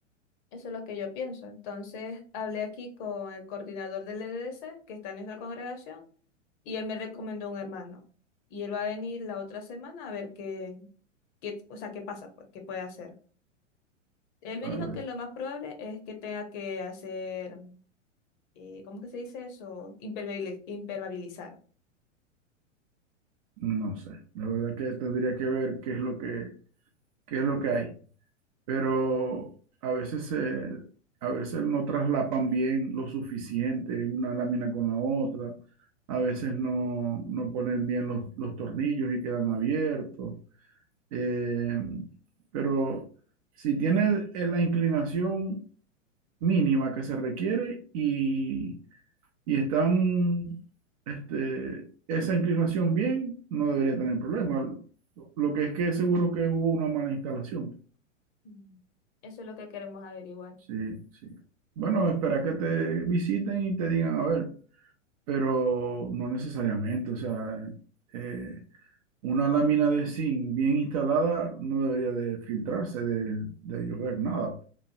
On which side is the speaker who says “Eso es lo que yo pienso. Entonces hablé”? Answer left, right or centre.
Left